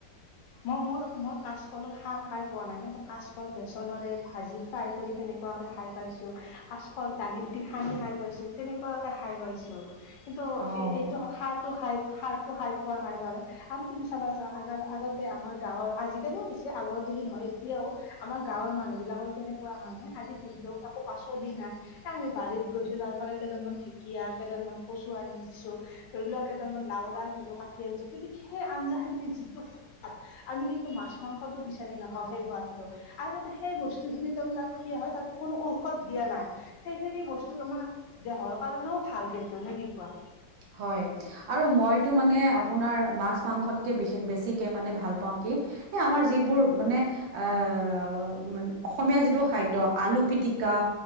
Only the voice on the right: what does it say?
অ
হয় আৰু মইতো মানে আপোনাৰ মাছ মাংসতকে বিষেশ বেছিকে মানে ভাল পাওঁ কি। এ আমাৰ যিবোৰ মানে আহ অসমীয়া যিটো খাদ্য আলু পিটিকা,